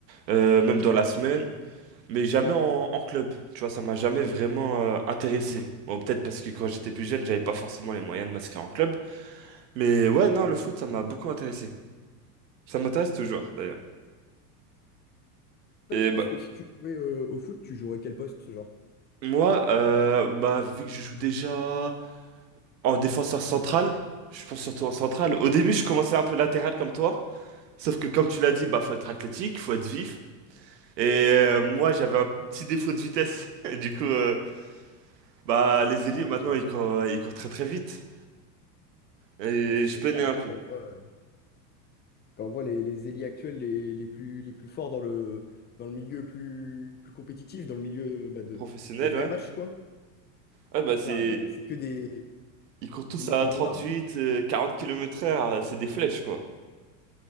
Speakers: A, on the right; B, on the left.
A: euh, même dans la semaine. mais jamais en, en club. Tu vois, ça m'a jamais vraiment euh, intéressé. Bon, peut-être parce que quand j'étais plus jeune, j'avais pas forcément les moyens de m'inscrire en club. Mais ouais, non, le foot, ça m'a
B: Mhm.
A: beaucoup intéressé. Ça m'intéresse toujours, d'ailleurs.
B: Toi,
A: Et
B: tu penses
A: bah,
B: que si tu jouais euh, au foot, tu jouerais quel poste, ce genre?
A: moi, euh, bah, vu que je joue déjà en défenseur central, je pense surtout en central. Au début, je commençais un peu latéral comme toi. Sauf que, comme tu l'as dit, bah, faut être athlétique, faut être vif. Et euh, moi, j'avais un petit défaut de vitesse. <laughs> Du coup, euh, bah, les
B: Ah,
A: ailiers, maintenant,
B: ok.
A: ils courent, ils courent très très vite. Et
B: Ah, c'est
A: je peinais
B: clair, hein,
A: un peu.
B: quand on voit, euh, quand on voit les, les ailiers actuels les, les plus, les plus forts dans le, dans le milieu plus, plus compétitif, dans le milieu bah, de,
A: Professionnel,
B: des vrais
A: ouais.
B: matchs, quoi.
A: Ouais, bah
B: C'est clair,
A: c'est.
B: euh, c'est que des,
A: Ils courent tous
B: Des mecs
A: à
B: qui bombardent.
A: 38, euh, 40 kilomètres heure euh, c'est des flèches, quoi.